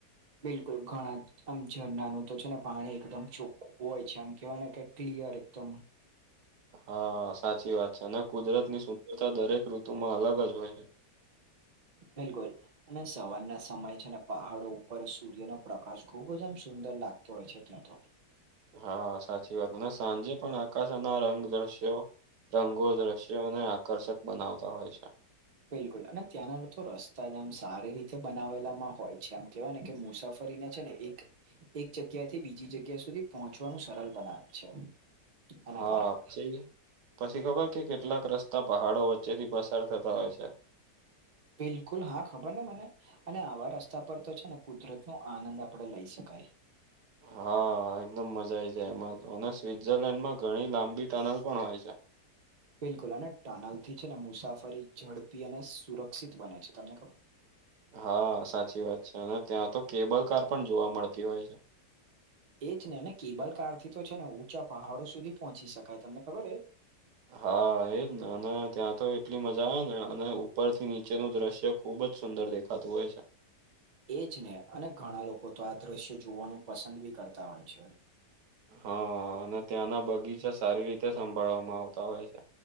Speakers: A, on the right; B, on the right.
A: બિલકુલ ઘણાં આમ ઝરણાનું તો છે ને પાણી એકદમ ચોખ્ખું હોય છે આમ કેવાય ને કે ક્લિયર એકદમ.
B: હા, સાચી વાત છે અને કુદરતની સુંદરતા દરેક ઋતુમાં અલગ જ હોય છે.
A: બિલકુલ. અને સવારના સમયે છે ને પહાડો ઉપર સૂર્યનો પ્રકાશ ખૂબ જ આમ સુંદર લાગતો હોય છે ત્યાં તો.
B: હા, સાચી વાત અને સાંજે પણ આકાશના રંગ, દ્રશ્યો રંગો દ્રશ્યોને આકર્ષક બનાવતા હોય છે.
A: બિલકુલ અને ત્યાંના તો રસ્તા જ આમ સારી રીતે બનાવેલામાં હોય છે આમ કેવાયને કે મુસાફ ફરીને છે ને એક એક જગ્યાથી બીજી જગ્યા સુધી પહોંચવાનું સરલ બનાવે છે. આના
B: હા
A: કારણે
B: પછી પછી ખબર કે કેટલાક રસ્ તા પહાડો વચ્ચેથી પસાર થતા હોય છે.
A: બિલકુલ, હા ખબરને મને. અને આવા રસ્તા પર તો છે ને કુદરતનો આનંદ આપણે લઈ શકાય.
B: હા, એકદમ મજા આઈ જાય એમાં અને સ્વિટઝરલેન્ડમાં ઘણી લાંબી ટનલ પણ હોય છે.
A: બિલકુલ અને ટનલથી છે ને મુસાફરી ઝડપી અને સુરક્ષિત બને છે તમને ખબર?
B: હા, સાચી વાત છે અને ત્યાં તો કેબલ કાર પણ જોવા મળતી હોય છે.
A: એજ ને અને કેબલ કારથી તો છે ને ઊંચા પહાડો સુધી પહોંચી શકાય તમને ખબર એ?
B: હા એજ ને અને ત્યાં તો એટલી મજા આવે ને અને ઉપરથી નીચેનું દ્રશ્ય ખૂ ખૂબ જ સુંદર દેખાતું હોય છે.
A: એજ ને અને ઘણાં લોકો તો આ દ્રશ્ય જોવાનું પસંદ બી કરતા હોય છે.
B: હ અને ત્યાંના બગીચા સારી રીતે સંભાળવામાં આવતાં હોય છે.